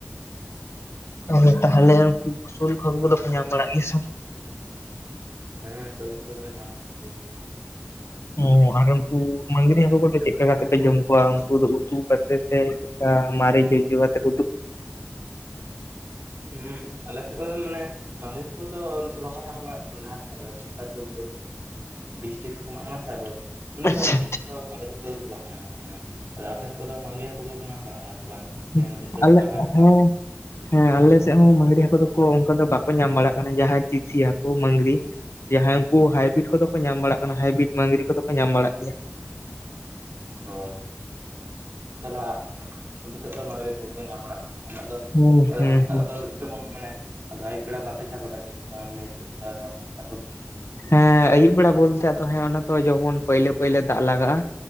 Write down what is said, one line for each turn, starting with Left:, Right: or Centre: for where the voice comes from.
Left: ᱟᱫᱚ ᱛᱟᱦᱚᱞᱮ ᱩᱱᱠᱩ ᱩᱥᱩᱞ ᱠᱷᱚᱵ <inaudible> ᱠᱚᱫᱚ ᱠᱚ ᱧᱟᱢ ᱵᱟᱲᱟᱜ ᱜᱮᱭᱟ ᱥᱮ
Right: ᱦᱮᱸ ᱟᱹᱥᱩᱞ ᱠᱚᱫᱚ ᱠᱚ ᱧᱟᱢᱚᱜ ᱜᱮᱭᱟ᱾
Left: ᱩᱸ ᱟᱨ ᱩᱱᱠᱩ ᱢᱟᱺᱜᱽᱨᱤ ᱦᱟᱹᱠᱩ ᱠᱚᱫᱚ ᱪᱮᱫ ᱞᱮᱠᱟ ᱠᱟᱛᱮᱯᱮ ᱡᱚᱢ ᱠᱚᱣᱟ ᱩᱱᱠᱩ ᱫᱚ ᱩᱛᱩ ᱠᱟᱛᱮ ᱥᱮ ᱟ ᱢᱟᱨᱮ ᱫ ᱡ <inaudible> ᱠᱟᱛᱮ ᱠᱚ
Right: ᱦᱩᱸ ᱟᱞᱮ ᱥᱮᱫ ᱫᱚ ᱢᱟᱱᱮ ᱢᱟᱞᱤᱥ ᱠᱚᱫᱚ ᱩᱱᱟᱹᱜ ᱫᱚ ᱵᱟᱠᱚ ᱧᱟᱢ ᱞᱟᱦᱟᱜ ᱱᱮᱛᱟᱨ ᱫᱚ ᱵᱤᱥᱴᱤ ᱠᱚᱢᱟᱜ ᱠᱟᱱᱟ ᱛᱷᱚ ᱟᱫᱚ ᱩᱱᱟᱹᱜ
Left: ᱟᱪᱪᱷᱟ
Right: ᱫᱚ ᱞᱟᱦᱟ ᱞᱟᱦᱟ ᱫᱚ ᱢᱟᱺᱜᱽᱨᱤ ᱦᱟᱹᱠᱩ ᱫᱚ ᱵᱟᱠᱚ ᱧᱟᱢᱚᱜ ᱠᱟᱱᱟ ᱟᱫᱚ ᱟᱯᱮ ᱥᱮᱫ ᱫᱚ ᱢᱟᱺᱜᱽᱨᱤ ᱦᱟᱹᱠᱩ ᱠᱚ ᱫᱚᱠᱚ ᱠᱚ ᱧᱟᱢ ᱵᱟᱲᱟᱜ ᱠᱟᱱᱟ ᱥᱮ ᱵᱟᱝ᱾
Left: ᱩᱸ
Right: ᱥᱮ ᱱᱮᱛᱟᱨ
Left: ᱟᱞᱮ
Right: ᱫᱚ ᱪᱟᱵᱟ ᱪᱟᱵᱟ
Left: ᱦᱮᱸ
Right: ᱟᱠᱟᱱᱟ
Left: ᱦᱮᱸ ᱟᱞᱮ ᱥᱮᱫ ᱦᱚᱸ ᱢᱟᱺᱜᱽᱨᱤ ᱦᱟᱹᱠᱩ ᱫᱚᱠᱚ ᱚᱱᱠᱟ ᱫᱚ ᱵᱟᱠᱚ ᱧᱟᱢ ᱵᱟᱲᱟᱜ ᱠᱟᱱᱟ ᱡᱟᱦᱟᱸ ᱪᱤᱥᱤ ᱦᱟᱹᱠᱩ ᱢᱟᱺᱜᱽᱨᱤ᱾ ᱡᱟᱦᱟᱸᱭ ᱩᱱᱠᱩ ᱦᱟᱭᱵᱨᱤᱰ ᱠᱚᱫᱚ ᱠᱚ ᱧᱟᱢ ᱵᱟᱲᱟᱜ ᱠᱟᱱᱟ ᱦᱟᱭᱵᱨᱤᱰ ᱢᱟᱝᱜᱽᱨᱤ ᱠᱚᱫᱚ ᱠᱚ ᱧᱟᱢ ᱵᱟᱲᱟᱜ ᱜᱮᱭᱟ᱾
Right: ᱦᱚ ᱛᱟᱦᱚᱞᱮ ᱟ ᱟᱯᱮ ᱥᱮᱫ ᱫᱚ ᱢᱟᱝᱜᱽᱨᱤ ᱠᱚᱜᱮ ᱠᱚ ᱧᱟᱢ ᱵᱟᱲᱟᱜ ᱠᱟᱱᱟ᱾ ᱟᱫᱚ
Left: ᱦᱩᱸ
Right: ᱟᱞᱮ
Left: ᱦᱩᱸ
Right: ᱫᱚ ᱦᱟᱹᱠᱩ ᱥᱟᱵ
Left: ᱦᱩᱸ
Right: ᱫᱚ ᱡᱮᱢᱚᱱ ᱢᱟᱱᱮ ᱟᱫᱚ ᱟᱹᱭᱩᱵ ᱵᱮᱲᱟ ᱵᱟᱯᱮ ᱪᱟ ᱵᱟᱲᱟᱜ ᱜᱮᱭᱟ᱾ ᱜᱟᱝ ᱱᱟᱹᱭ ᱥᱮᱫ <inaudible>
Left: ᱦᱮᱸ ᱟᱹᱭᱩᱵ ᱵᱮᱲᱟ ᱵᱚᱞᱛᱮ ᱟᱫᱚ ᱦᱮᱸ ᱚᱱᱟ ᱛᱚ ᱡᱮᱢᱚᱱ ᱯᱟᱹᱭᱞᱟᱹ ᱯᱟᱹᱭᱞᱟᱹ ᱫᱟᱜ ᱞᱟᱜᱟᱜ-ᱟ᱾